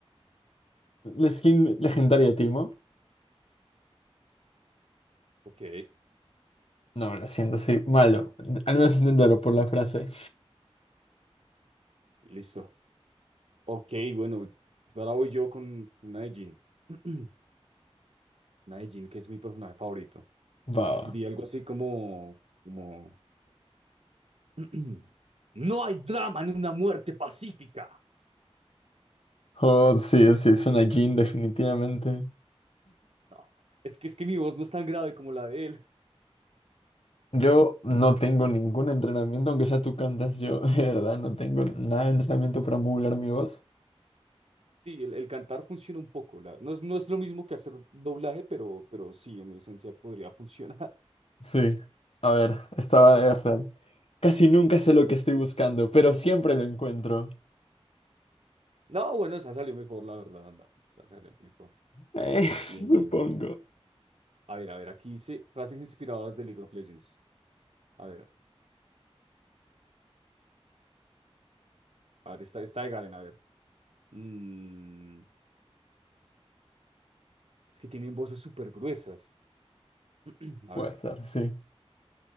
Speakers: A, on the left; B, on the right.
A: La skin legendaria, de Timo.
B: Ok,
A: No, lo siento, soy malo. Al menos intentarlo por la frase.
B: listo. Ok, bueno, ahora voy yo con una de Jean. <clears throat> Una de Jean, <clears throat> que es mi personaje favorito.
A: Baba.
B: Diría algo así como, como, <clears throat> no hay drama en una muerte pacífica.
A: Oh, sí, sí, es una jean, definitivamente.
B: No, es que es que mi voz no es tan grave como la de él.
A: Yo no tengo ningún entrenamiento, aunque sea tú cantas, yo <laughs> de verdad no tengo nada de entrenamiento para modular mi voz.
B: Sí, el, el cantar funciona un poco. la- no es, no es lo mismo que hacer doblaje, pero, pero sí, en esencia podría funcionar. <laughs>
A: Sí. A ver, estaba de real. Casi nunca sé lo que estoy buscando, pero siempre lo encuentro.
B: No, bueno, esa salió mejor, la verdad. no, esa salió mejor.
A: Eh, <laughs>
B: Bien, bien.
A: supongo.
B: A ver, a ver, aquí dice frases inspiradoras de League of Legends. A ver, a ver, está, está de Garen, a ver. Mm, es que tienen voces súper gruesas. <clears throat> A
A: Puede
B: ver,
A: ser, sí.